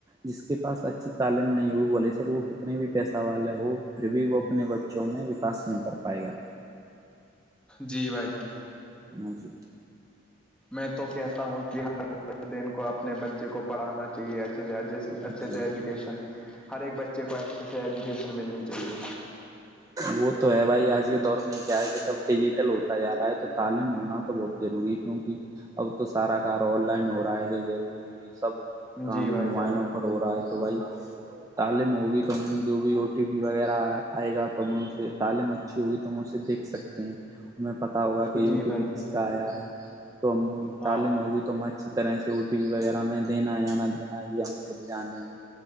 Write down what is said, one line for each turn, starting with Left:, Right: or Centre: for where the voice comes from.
Right: جس کے پاس اچھی تعلیم نہیں ہوئی بولے سک وہ کتنے بھی پیسہ والے ہو پھر بھی وہ اپنے بچے چ میں وکاس نہیں کر پائے گا
Centre: جی بھائی جان
Right: ج جی
Centre: میں تو کہتا ہوں ہر دین کو اپنے بچے کو پڑانا چاہیے اھے سے اچھے
Right: جی
Centre: سے ایجوکیشن ہر ایک بچے کو اچھے سے ایجوکیشن ملنی چاہیے
Right: وہ تو ہے بھائی آج کے دور میں کیا ہے کہ سب ڈیجیٹل ہوتا جا رہا ہے تو تعلیم ہونا تو بہت ضروری کیوںکہ اب تو سارا کار آن لائن ہو رہا ہے کہ جیسے کہ سب کام
Centre: جی بھائی
Right: مائلوں
Centre: جان
Right: ہو رہا ہے تو بھائی تعلیم ہوگی تو ہم جو بھی او ٹی پی وغیرہ آئے گا تو میں اسے تعلیم اچھی ہوگی تو ہم اسے دیکھ سکتے ہیں ہمیں پتا ہوگا کہ
Centre: جی
Right: یو پی
Centre: بھائی
Right: پی
Centre: جان
Right: کس کا آیا ہے تو
Centre: ہاں
Right: تعلیم ہوگئی تو میں اسی طرح سے او ٹی پی وغیرہ میں دینا ہے یا نہ دینا یہ ہم خود جانیں گے